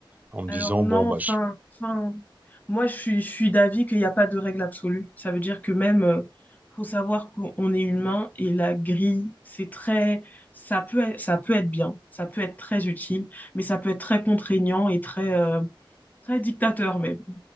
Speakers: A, on the right; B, on the left.
A: En me
B: Alors
A: disant:
B: non,
A: «Bon bah
B: enfin,
A: je»
B: enfin, moi je suis, je suis d'avis qu'il n'y a pas de règle absolue. Ça veut dire que même, euh, faut savoir qu'on est humain et la grille, c'est très, ça peut être, ça peut être bien, ça peut être très utile, mais ça peut être très contraignant et très, euh, très dictateur même.